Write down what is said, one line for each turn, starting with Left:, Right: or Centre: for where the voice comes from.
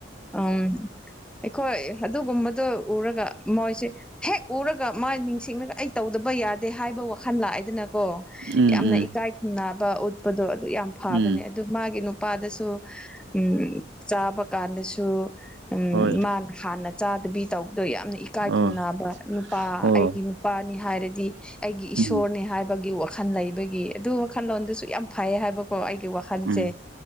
Centre: ꯎꯝ ꯑꯩꯈꯣꯏ ꯑꯗꯨꯒꯨꯝꯕꯗꯣ ꯎꯔꯒ ꯃꯣꯏꯁꯦ ꯍꯦꯛ ꯎꯔꯒ ꯃꯥ ꯅꯤꯡꯁꯤꯡꯉꯒ ꯑꯩ ꯇꯧꯗꯕ ꯌꯥꯗꯦ ꯍꯥꯏꯕ ꯋꯥꯈꯜ ꯂꯥꯛꯑꯦꯗꯅ ꯀꯣ
Right: ꯎꯝ
Centre: ꯌꯥꯝꯅ
Right: ꯎꯝ
Centre: ꯏꯀꯥꯏ ꯈꯨꯝꯅꯕ ꯎꯠꯄꯗꯣ ꯑꯗꯨ ꯌꯥꯝ ꯐꯕꯅꯦ
Right: ꯎꯝ
Centre: ꯑꯗꯨ ꯃꯥꯒꯤ ꯅꯨꯄꯥꯗꯁꯨ ꯎꯝ ꯆꯥꯕ ꯀꯥꯟꯗꯁꯨ ꯎꯝ
Right: ꯍꯣꯏ
Centre: ꯃꯥꯒꯤ ꯍꯥꯟꯅ ꯆꯥꯗꯕꯤ ꯇꯧꯕꯗꯣ ꯌꯥꯝꯅ ꯏꯀꯥꯏ
Right: ꯑꯣ
Centre: ꯈꯨꯝꯅꯕ ꯅꯨꯄꯥ
Right: ꯑꯣ
Centre: ꯑꯩꯒꯤ ꯅꯨꯄꯥꯅꯤ ꯍꯥꯏꯔꯗꯤ ꯑꯩꯒꯤ
Right: ꯎꯝ
Centre: ꯏꯁꯣꯔꯅꯤ ꯍꯥꯏꯕꯒꯤ ꯋꯥꯈꯜ ꯂꯩꯕꯒꯤ ꯑꯗꯨ ꯋꯥꯈꯜꯂꯣꯟꯗꯨꯁꯨ ꯌꯥꯝ ꯐꯩ ꯍꯥꯏꯕꯀꯣ ꯑꯩꯒꯤ ꯋꯥꯈꯜ ꯈꯟꯁꯦ
Right: ꯎꯝ